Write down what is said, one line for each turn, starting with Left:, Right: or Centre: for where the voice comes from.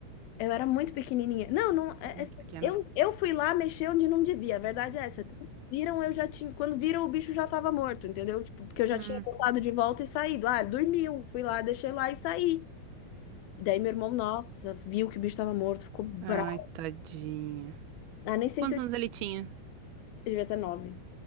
Left: Eu era muito pequenininha. Não, não,
Right: Não,
Left: é
Right: muito
Left: é assim,
Right: pequena.
Left: eu, eu fui lá mexer onde não devia, a verdade é essa. Quando Viram, eu já tinha, quando viram, o bicho já tava morto, entendeu? Tipo, porque eu já
Right: Aham.
Left: tinha voltado de volta e saído. Ah, dormiu, fui lá, deixei lá e saí. E daí meu irmão, nossa, viu que o bicho tava morto, ficou bravo.
Right: Ai, tadinha.
Left: Ah, nem sei
Right: Quantos
Left: se eu
Right: anos ele tinha?
Left: devia ter nove.